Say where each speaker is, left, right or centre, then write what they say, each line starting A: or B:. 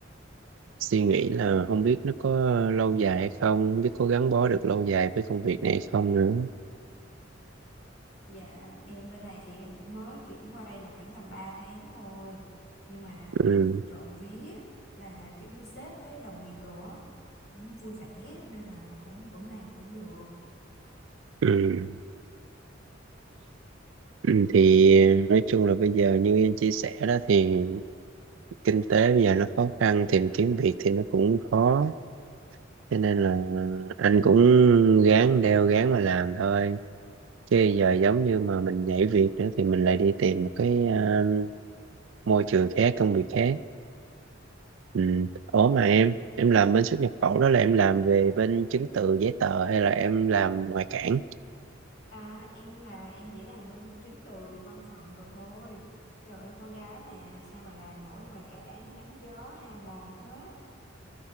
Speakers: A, on the right (about 75°); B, on the left (about 65°).
A: suy nghĩ là không biết nó có lâu dài hay không không biết có gắn bó được lâu dài với công việc này hay không nữa
B: Dạ em bên này thì em cũng mới chuyển qua đây được khoảng tầm 3 tháng thôi Nhưng mà
A: ừ.
B: cũng trộm vía là kiểu như sếp với đồng nghiệp đồ á Cũng vui vẻ nên là cũng cũng làm cũng được
A: Ừ. Ừ, thì nói chung là bây giờ như em chia sẻ đó thì kinh tế bây giờ nó khó khăn tìm kiếm việc thì nó cũng khó cho nên là anh cũng ráng đeo ráng mà làm thôi chứ giờ giống như mà mình nhảy việc nữa thì mình lại đi tìm một cái ờ, môi trường khác công việc khác ừ. Ủa mà em em làm bên xuất nhập khẩu đó là em làm về bên chứng từ giấy tờ hay là em làm ngoại cảng
B: À, em là em chỉ làm bên chứng từ văn phòng rồi thôi. Trời ơi, con gái mà sao mà làm nổi ngoài cả nắng gió hao mòn hết.